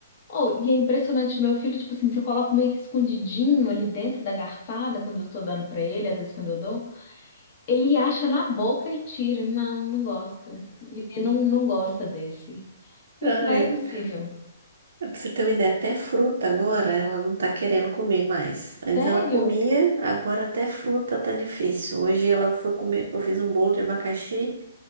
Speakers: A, on the left (about 45°); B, on the right (about 65°).
A: Oh, e é impressionante, meu filho, tipo assim, se eu coloco meio que escondidinho ali dentro da garfada, quando eu tô dando pra ele, às vezes quando eu dou, ele acha na boca e tira. Não, não gosto. Menino não, não gosta desse. Eu
B: Ai,
A: falei assim, mas é possível.
B: Pra você ter uma ideia, até fruta agora ela não tá querendo comer mais. Antes
A: Sério?
B: ela comia, agora até fruta tá difícil. Hoje ela foi comer, eu fiz um bolo de abacaxi,